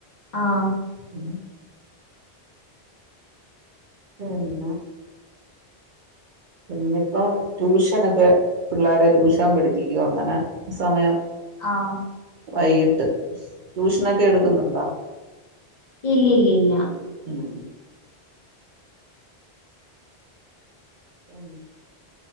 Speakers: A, on the left; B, on the right.
A: ആഹ്
B: ഉം എന്താ പിന്നെപ്പോ ട്യൂഷനൊക്കെ പിള്ളേരെ ട്യൂഷൻ പഠിപ്പിക്കുവ അങ്ങനെ സമയം.
A: ആഹ്
B: വൈകിട്ട് ട്യൂഷനൊക്കെ എടുക്കുന്നുണ്ടോ
A: ഇല്ല ഇല്ല ഇല്ല
B: ഉം എ